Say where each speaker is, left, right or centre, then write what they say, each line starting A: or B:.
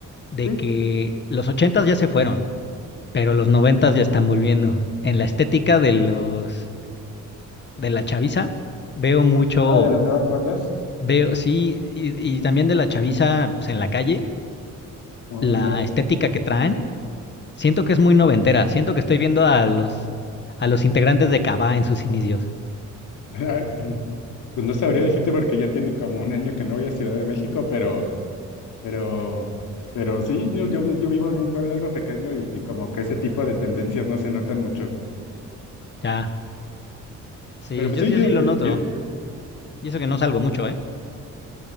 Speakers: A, on the left; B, on the left.
A: De
B: sí,
A: que los ochentas ya se fueron, pero los noventas ya están volviendo. En la estética de los de la chaviza veo mucho,
B: no, de las nuevas bandas.
A: veo sí y, y también de la chaviza pues, en la calle,
B: No,
A: la
B: yo,
A: estética que traen. Siento que es muy noventera. Siento que estoy viendo a los a los integrantes de Cava en sus inicios.
B: <laughs> ay, mm, pues no sabría decirte porque ya tiene como un año que no voy a Ciudad de México, pero, pero, pero sí, yo, yo, yo vivo en un pueblo algo pequeño y, y como que ese tipo de tendencias no se notan mucho.
A: Ya, sí,
B: Pero pues
A: yo,
B: sí,
A: yo
B: yo,
A: sí lo
B: yo,
A: noto.
B: yo,
A: Y eso que no salgo mucho, ¿eh?